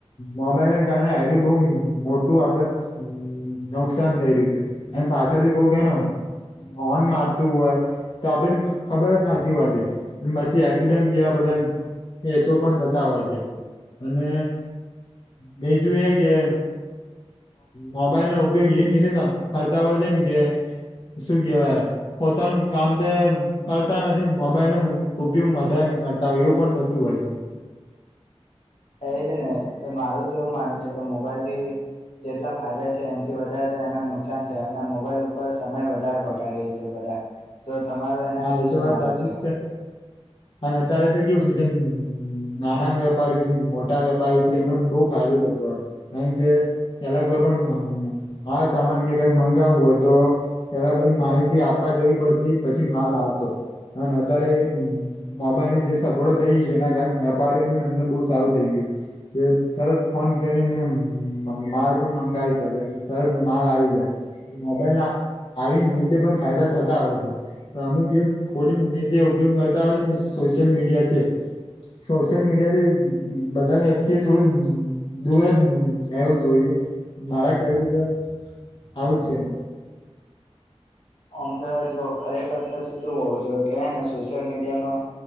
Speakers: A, on the left; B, on the left.
A: મોબાઈલને કારણે <inaudible> મોટું આપે હમ નુકસાન થઈ રહ્યું છે. એમ પાછળથી <inaudible> હોર્ન મારતું હોય. તો આપણેે ખબર જ નથી હોતી પછી એક્સિડન્ટ એવા બધા કેસો પણ થતા હોય છે. અને બીજું એ કે મોબાઈલ નો ઉપયોગ એવી કતો ફરતા હોય છે ને કે શું કેવાય પોતાનું કામ તે કરતા નથી મોબાઈલ નો ઉપયોગ વધારે કરતા હોય એવું પણ થતું હોય છે.
B: એજ ને મારું તો એવું માનવું છે કે મોબાઈલ થી જેટલા ફાયદા એથી વધારે તો એને નુકસાન છે અને મોબાઈલ ઉપર સમય વધારે બગાડીએેીએ બધા. તો તમારું એના
A: હા
B: વિશે
A: એ તો
B: શું
A: વાત
B: માનવું
A: સાચી
B: છે?
A: જ અને અત્યારે તો કેવું છે જેમ નાના વેપારી છે મોટા વેપારી છે એમને બહુ ફાયદો થતો હો કારણકે કે પેલા કોઈ પણ માલ સામાન કે કઈ મંગાવવું હોય તો એલા બધી માહિતી આપવા જવી પડતી પછી માલ આવતો. અને અત્યારે મોબાઈલ ની જે સગવડો થઈ ગય છે એના કારણે વેપારીઓને અમને બહુ સારું થઇ ગયું. કે તરત ફોન કરીને માલ પણ મંગાવી શકે તરત માલ આવી જાય. મોબાઈલ ના આવી નેતે પણ ફાયદા થતા હોય છે. અમુક એ ખોટી નેતે ઉપયોગ કરતા હોય છે, સોશિયલ મીડિયા છે. સોશિયલ મીડિયા થી બધા વ્યક્તિ એ થોડું દૂર જ નવું જોઈએ, મારા કહેવ છે તો આવું છે.
B: આમદા જો ખરેખર તો કેવું હોવું જોઈએ કેને સોશિયલ મીડિયામાં